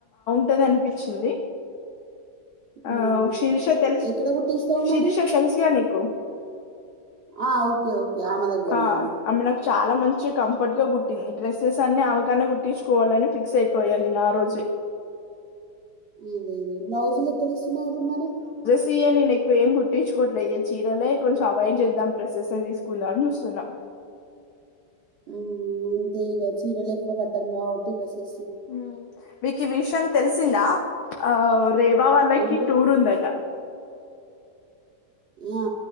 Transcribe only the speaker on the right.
హ్మ్.
ఎక్కడ కుట్టిస్తావు
మరి?
ఆ ఓకే ఓకే ఆమె దగ్గరనా?
ఇదేదో బ్లౌజ్లే తిడిస్ ఉమా ఎక్కుడున్నాడు
ఉమ్ అంతేగా చీరల్ ఎక్కువ కట్టం కాబ్బటి డ్రసే
ఏంటి
ఏ ఆ